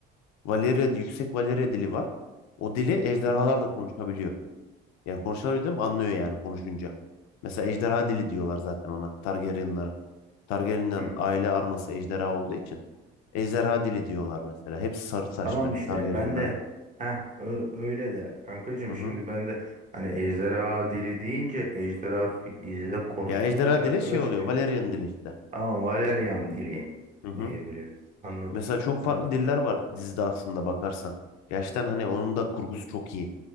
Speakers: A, on the left (about 70°); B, on the right (about 25°).
A: Valeria, yüksek Valeria dili var. O dili ejderhalar da konuşabiliyor. Yani konuşabildim anlıyor yani konuşunca. Mesela ejderha dili diyorlar zaten ona. Targaryenlara. Targaryenlerin
B: Hı.
A: aile arması ejderha olduğu için. Ejderha dili diyorlar mesela. Hepsi sarı saçlı
B: Tamam işte
A: Targaryenlerin.
B: ben de Heh, ö- öyle de kankacığım
A: Hı
B: şimdi
A: hı.
B: ben de hani ejderha dili deyince ejderha fil- dizide konuşmuyor
A: Ya ejderha
B: ki arkadaş
A: dili şey oluyor.
B: diyor.
A: Valyrian dili işte.
B: Ama Valerian dili
A: Hı hı.
B: diyebiliriz. Anladım.
A: Mesela çok
B: Anladım.
A: farklı diller var dizide aslında bakarsan. Gerçekten hani onun da kurgusu çok iyi.